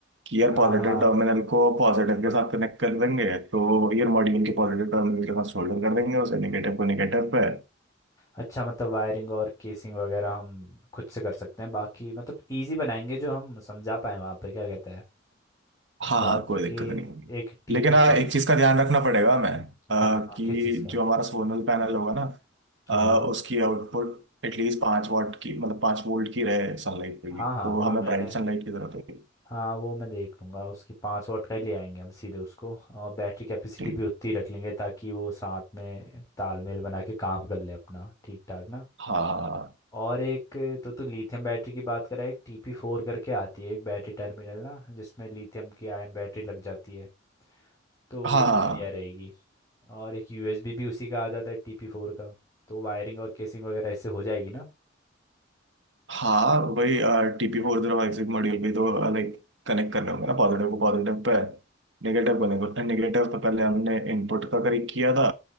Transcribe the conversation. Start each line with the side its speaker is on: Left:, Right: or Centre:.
Right: कि यार
Left: हाँ
Right: पॉजिटिव
Left: हाँ
Right: टर्मिनल को पॉजिटिव के साथ कनेक्ट कर देंगे तो यार मॉड्यूल के पॉजिटिव टर्मिनल के साथ सोल्डर कर देंगे उसे नेगेटिव को नेगेटिव पे
Left: अच्छा मतलब वायरिंग और केसिंग वगैरह हम खुद से कर सकते हैं बाकी मतलब इजी बनाएंगे जो हम समझा पाए वहाँ पे क्या कहता है
Right: हाँ
Left: बाकी
Right: हाँ कोई दिक्कत नहीं होगी
Left: एक टीपी
Right: लेकिन हाँ
Left: का
Right: एक चीज का ध्यान रखना पड़ेगा हमें अ,
Left: हाँ हाँ
Right: कि
Left: किस चीज़ का
Right: जो हमारा सोलर पैनल होगा ना
Left: हाँ
Right: अ, उसकी आउटपुट एटलीस्ट पाँच वाट की मतलब पाँच वोल्ट की रहे सनलाइट पे भी
Left: हाँ हाँ
Right: तो
Left: हाँ
Right: हमें
Left: वो मैंने
Right: ब्राइट सनलाइट की जरूरत होगी
Left: हाँ वो मैं देख लूंगा उसकी पाँच वाट का ही ले आएंगे हम सीधे उसको और बैटरी कैपेसिटी
Right: ठीक
Left: भी उतनी रख लेंगे ताकि वो साथ में तालमेल बना के काम कर ले अपना ठीक ठाक ना
Right: हाँ
Left: और एक तो तू लिथियम बैटरी की बात करा एक टीपी फोर करके आती है एक बैटरी टर्मिनल ना जिसमें लिथियम की आयन बैटरी लग जाती है तो
Right: हाँ
Left: वो भी
Right: हाँ हाँ,
Left: बढ़िया
Right: हाँ।
Left: रहेगी और एक यूएसबी भी उसी का आ जाता है टीपी फोर का तो वायरिंग और केसिंग वगैरह ऐसे हो जाएगी ना
Right: हाँ वही टीपी फोर जीरो फाइव सिक्स मॉड्यूल भी तो लाइक कनेक्ट करने होंगे ना पॉजिटिव को पॉजिटिव पे नेगेटिव को नेगेटिव नेगेटिव तो पहले हमने इनपुट का करेक्ट किया था